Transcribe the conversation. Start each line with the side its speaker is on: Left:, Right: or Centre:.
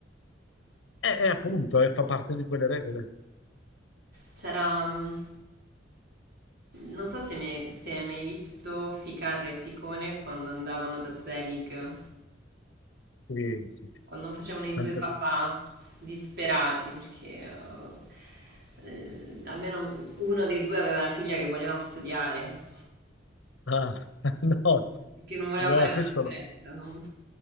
Left: E, e appunto, eh, fa parte di quelle regole.
Right: C'era, mm, non so se mi- se hai mai visto Ficarra e Picone quando andavano da Zelig
Left: Sì, sì, sì.
Right: quando facevano i
Left: Tanta-
Right: due papà disperati perché eh, eh, almeno uno dei due aveva la figlia che voleva studiare
Left: Ah, <laughs> no,
Right: e che non voleva
Left: no,
Right: fare la
Left: questo
Right: soubretta,
Left: no.
Right: no?